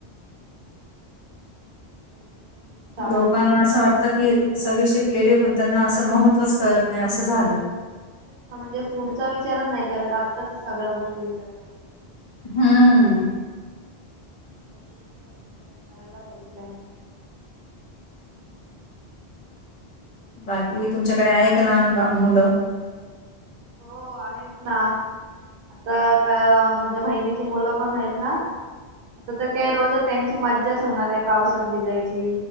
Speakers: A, on the right; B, on the left.
A: <inaudible>
B: लोकांना असं वाटतं की सगळे शिकलेले पण त्यांना असं महत्त्वच कळत नाही असं झाले.
A: नाही म्हणजे फूडचा विचारच नाही करत आत्ताचच सगळ्या गोष्टी विचार करतात.
B: हम्म.
A: फुडचा पण विचार करायला पाहिजे त्यांनी. विचारच
B: बाकी
A: नाही
B: तुमच्याकडे आहे का लहान मुलं?
A: हो आहेत ना. आता काय माझ्या बहिणीची मुलं पण आहेत ना. आता तर काही रोज त्यांची मज्जाच होणार आहे पावसात भिजायची